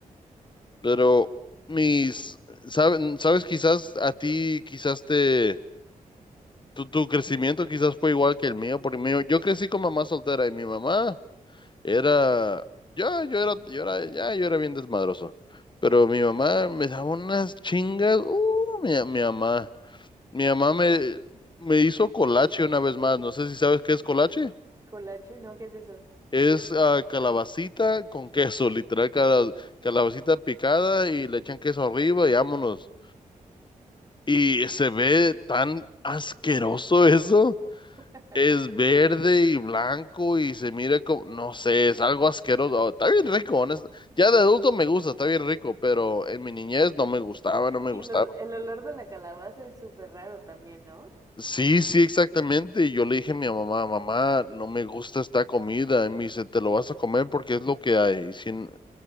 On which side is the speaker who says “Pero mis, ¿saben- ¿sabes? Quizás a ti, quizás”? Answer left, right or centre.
Left